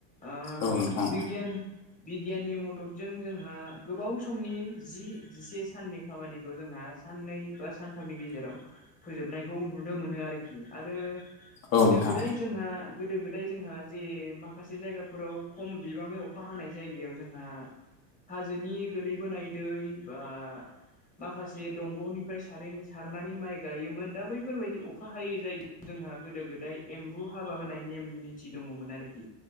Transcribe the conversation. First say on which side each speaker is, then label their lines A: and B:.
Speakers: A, on the left (about 15°); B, on the left (about 30°).
A: ओ
B: औ नोंथां
A: बिगियान बिगियाननि मददजों जोंहा गोबाव समनि जि-जिसे साननि खामानिखौ जोंहा साननै बा सानथामनि गेजे राव फोजोबनायखौ नुनो मोनो आरोखि आरो
B: औ
A: गोदो-गोदाय
B: नोंथां
A: जोंहा गोदो-गोदाय जोंहा जे माखासे जायगाफोराव खम बिबाङै अखा हानाय जायगायाव जोंहा हाजोनि गोलैबोनाय दै बा माखासे दंग'निफ्राय सारैनो सारनानै माइ गायोमोन । दा बैफोरबायदि अखा हायै जायगायाव जोंहा गोदो-गोदाय एम्बु हाबा होनायनि नेम-निथि दङमोन आरोखि।